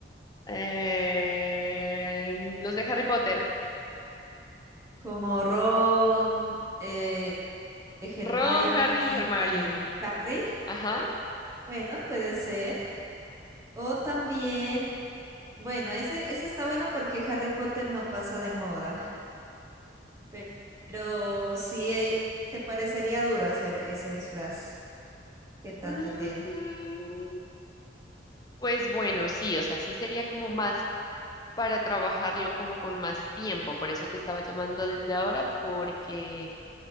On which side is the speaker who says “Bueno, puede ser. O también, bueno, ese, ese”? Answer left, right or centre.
Right